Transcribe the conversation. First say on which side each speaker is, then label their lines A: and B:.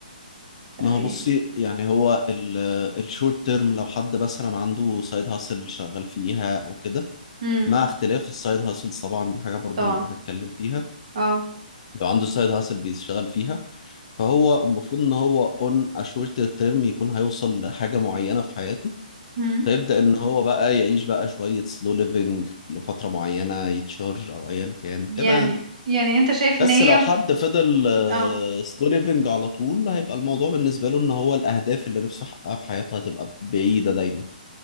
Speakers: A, on the right; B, on the left.
A: بقى
B: ما هو بصي
A: يعني
B: يعني هو الشورت تيرم لو حد مثلا عنده سايد هاسل شغال فيها او كده
A: امم
B: مع اختلاف السايد هاسلز طبعا دي حاجه برضو
A: طبعا
B: نبقى نتكلم فيها
A: اه
B: لو عنده سايد هاسل بيشتغل فيها فهو المفروض ان هو اون اشورت تيرم يكون هيوصل لحاجه معينه في حياته
A: امم
B: فيبدا ان هو بقى يعيش بقى شويه سلو ليفنج لفتره معينه يتشهر او ايا كان كده
A: يعني
B: يعني
A: يعني انت شايف
B: بس
A: ان هي
B: لو حد فضل
A: اه
B: سلو ليفنج على طول هيبقى الموضوع بالنسبه له ان هو الاهداف اللي نفسه يحققها في حياته هتبقى بعيده دايما